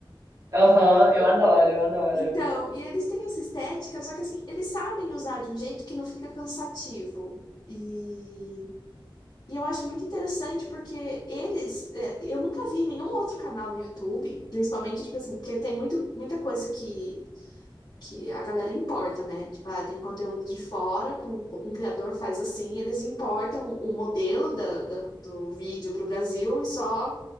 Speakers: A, on the right; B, on the left.
A: Aham.
B: E.
A: Eu adoro, eu adoro.
B: Então, e eles têm essa estética, só que assim, eles sabem usar de um jeito que não fica cansativo. E. E eu acho muito interessante porque eles. é, eu nunca vi nenhum outro canal no YouTube, principalmente, tipo assim, porque tem muito, muita coisa que que a galera importa, né? Tipo, ah, tem um conteúdo de fora que um, um criador faz assim, eles importam o modelo da, da- do vídeo para o Brasil e só,